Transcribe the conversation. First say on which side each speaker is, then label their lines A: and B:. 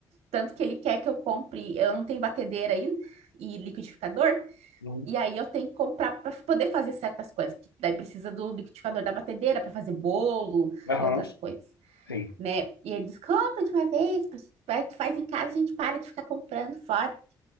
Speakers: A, on the right; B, on the left.
A: Tanto que ele quer que eu compre, eu não tenho batedeira ainda e liquidificador.
B: uhum.
A: E aí eu tenho que comprar para poder fazer certas coisas, que daí precisa do liquidificador da batedeira para fazer bolo
B: Aham,
A: e outras coisas,
B: sim.
A: né? E ele diz, compra de uma vez, vai, tu faz em casa, a gente para de ficar comprando fora.